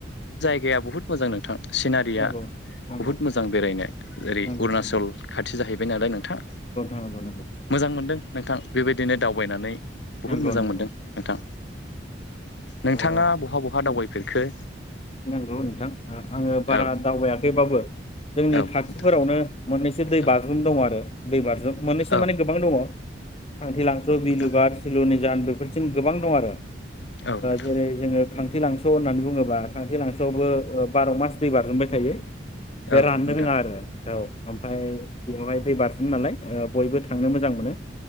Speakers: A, on the left; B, on the left.
A: गाया बुहुत मोजां नोंथां सिनारिया
B: नंगौ नंगौ
A: बुहुद मोजां बेरायनो ओेरै
B: नंगौ
A: अरुणचल
B: नंगौ
A: खाथि जाहैबाय नालाय नोंथां
B: नोंथां नंगौ नोंथां
A: मोजां मोनदों नोंथां बेबायदिनो दावबायनानै बुहुद
B: नंगौ
A: मोजां
B: नंगौ
A: मोनदों
B: औ नंगौ
A: नोंथां नोंथाङा
B: औ
A: बहा बहा
B: ओ
A: दावबायफेरखो
B: नंगौ नोंथां आङो बारा
A: औ
B: दावबायाखैबाबो जोंनि
A: औ
B: खाथिफोरावनो
A: नोंथां
B: मोननैसो दै
A: औ
B: बाज्रुम दंङोआरो दैबाज्रुम मोननैसो
A: औ
B: माने गोबां दङ <unintelligible> बिलुबाद
A: नोंथां
B: सिलुनिजान बेफोरजों गोबां दं आरो
A: औ नोंथां
B: जेरै जोङो खांथि लांस' होननानै बुङोबा <unintelligible> फांथि लांसोआवबो बार' मास दै बारजुमबाय थायो बे
A: औ
B: राननो
A: नोंथां
B: रोङा आरो औ ओमफ्राय बेयावहाय दै बार <unintelligible> नालाय बयबो थांनो मोजां मोनो